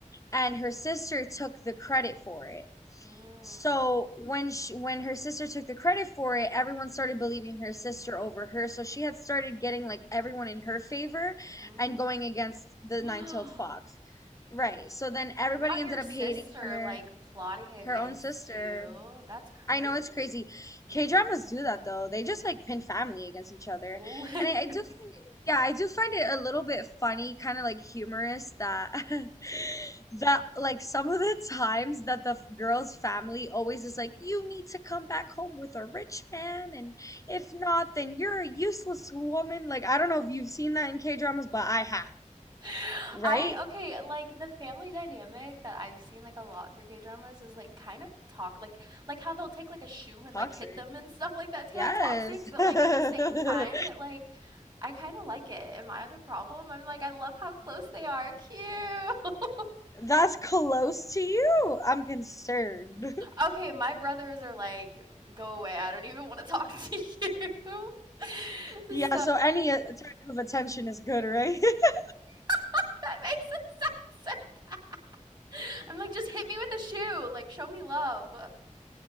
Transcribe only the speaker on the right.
mm,
mm.
<gasps>
Not
your sister
like plotting against
you. That's crazy.
<laughs> Literally.
I
okay, like the family dynamic that I've seen like a lot through K-dramas is like kind of talk like like how they'll take like a shoe and
like hit them and stuff like that's
kind of toxic, but
like at the same time it like I kind of like it. Am I the problem? I'm like I love how close they are. Cute. <laughs>
Okay, my brothers are like go away. I don't even want to talk to you. <laughs>
So
<laughs> that makes it sound so bad. <laughs> I'm like just hit me with a shoe. Like show me love.